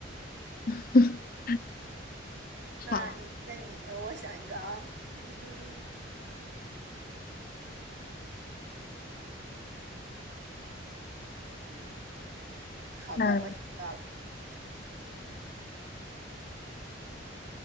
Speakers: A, on the left; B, on the right.
A: <laughs>
B: 那你那你，
A: 好，
B: 呃我想一个啊，嗯嗯，好的，
A: 那
B: 我想到了，